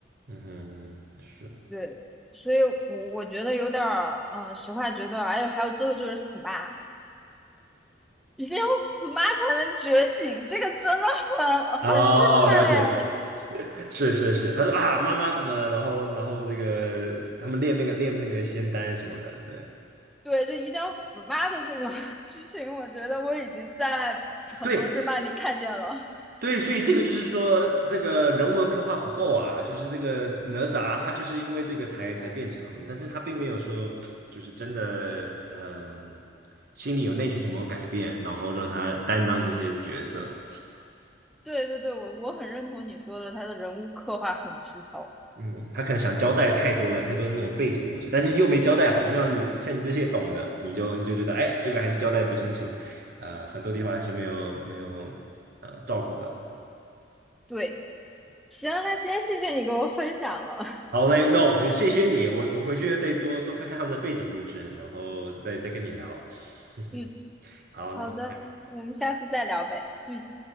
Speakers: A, on the right; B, in the centre.
A: 嗯哼，是。
B: 对，所以我我觉得有点儿，嗯，实话觉得，哎呦，还有最后就是死妈，一定要死妈才能觉醒，这个真的很很日漫呀。
A: 哦哦，了解，是是是，他说啊，妈妈怎么了？然后然后那个他们练那个练那个仙丹什么的，对。
B: 对，就一定要死妈的这种 <laughs> 剧情，我觉得我已经在很多日漫里看见了。
A: 对，对，所以这个就是说，这个人物的刻画不够啊，就是这个哪吒他就是因为这个才才变强的，但是他并没有说就是真的，嗯、心里有内心什么改变，然后让他担当这些角色，
B: 对对对，我我很认同你说的，他的人物刻画很粗糙。
A: 嗯，他可能想交代太多了，太多的那种背景故事，但是又没交代好，就像你像你这些懂的，你就你就觉得，哎，这个还是交代不清楚，呃，很多地方还是没有没有呃照顾到，这样。
B: 对，行，那今天谢谢你给我分享了。
A: 好嘞，No，谢谢你，我我回去得多多看看他们的背景故事，然后再再跟你聊。
B: <laughs>
A: <laughs>
B: 嗯，
A: 好，那先这样好。
B: 好的，我们下次再聊呗。
A: 好
B: 嗯。